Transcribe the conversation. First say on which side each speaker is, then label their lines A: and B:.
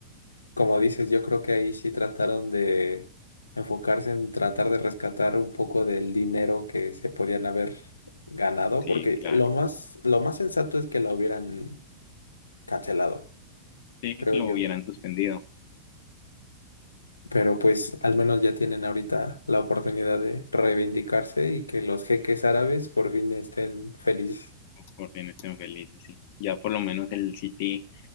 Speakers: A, on the left; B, on the left.
A: como dices, yo creo que ahí sí trataron de enfocarse en tratar de rescatar un poco del dinero que se podían haber ganado,
B: Sí,
A: porque
B: claro.
A: lo más, lo más sensato es que la hubieran cancelado,
B: Sí,
A: creo
B: que lo
A: yo.
B: hubieran suspendido.
A: Pero pues al menos ya tienen ahorita la oportunidad de reivindicarse y que los jeques árabes por fin estén felices.
B: Por bien estén felices, sí. Ya por lo menos el City